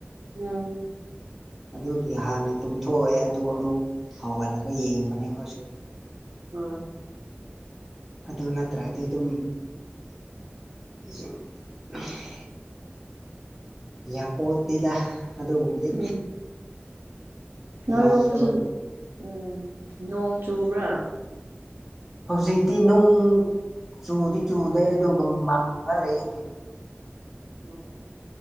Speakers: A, on the right; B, in the centre.
A: ꯎꯝ
B: ꯑꯗꯨꯒꯤ ꯍꯥꯟꯅ ꯇꯨꯝꯊꯣꯛꯑꯦ ꯑꯗꯨ ꯑꯃꯨꯛ ꯍꯧꯍꯜꯂꯒ ꯌꯦꯡꯕꯅꯦ ꯑꯩꯈꯣꯏꯁꯨ
A: ꯍꯣꯏ
B: ꯑꯗꯨ ꯅꯠꯇ꯭ꯔꯗꯤ ꯑꯗꯨꯝ <unintelligible> ꯌꯥꯄꯣꯠꯇꯦꯗ ꯑꯗꯨꯒꯨꯝꯕꯗꯤ
A: ꯎꯝ ꯅꯣꯏꯔꯣꯝꯗꯁꯨ
B: ꯉꯝꯗꯕ
A: ꯎꯝ ꯅꯣꯡ ꯆꯨꯕ꯭ꯔꯥ
B: ꯍꯧꯖꯤꯛꯇꯤ ꯅꯨꯡ ꯆꯨꯗꯤ ꯆꯨꯗꯦ ꯑꯗꯨꯒ ꯃꯪꯉꯥ ꯂꯩ ꯍꯧꯖꯤꯛ
A: ꯎꯝ